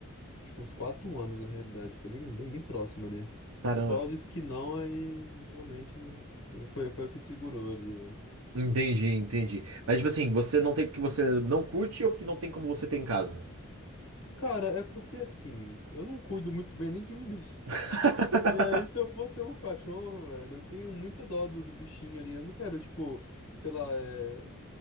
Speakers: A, on the left; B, on the right.
A: acho que uns quatro anos na realidade. Foi bem, bem, bem próximo ali.
B: Caramba.
A: O pessoal disse que não, aí realmente não. Foi, foi o que segurou ali, velho.
B: Entendi, entendi. Mas tipo assim, você não tem porque você não curte ou porque não tem como você tem em casa?
A: Cara, é porque assim, eu não cuido muito bem nem de mim <laughs> mesmo.
B: <laughs>
A: E aí, se eu for ter um cachorro, velho, eu tenho muita dó do, do bichinho ali. Eu não quero, tipo, sei lá, é,